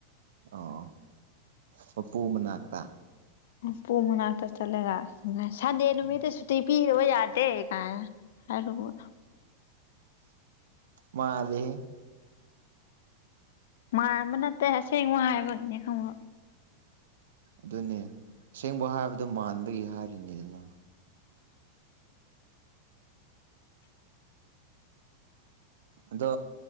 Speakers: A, on the right; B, on the left.
A: ꯑꯣ ꯄꯄꯨ ꯃꯅꯥꯛꯇ
B: ꯎꯝ ꯄꯨ ꯃꯅꯥꯛꯇ ꯆꯠꯂꯒ ꯁꯟꯗꯦ ꯅꯨꯃꯤꯠꯇ
A: ꯎꯝ
B: ꯁꯨꯇꯤ ꯄꯤꯗꯕ ꯌꯥꯗꯦ ꯀꯥꯏ ꯍꯥꯏꯈ꯭ꯔꯕ‌ꯣ
A: ꯃꯥꯜꯂ‌ꯦꯍ‌ꯦ
B: ꯃꯥꯟꯃ ꯅꯠꯇꯦ ꯑꯁꯦꯡꯕ ꯍꯥꯏꯕꯒꯤꯅꯦ ꯈꯪꯕ
A: ꯑꯗꯨꯅꯦ ꯑꯁꯦꯡꯕ ꯍꯥꯏꯕꯗꯣ ꯃꯥꯟꯕꯒꯤ ꯍꯥꯏꯔꯤꯅꯤ ꯗꯅ ꯑꯗꯣ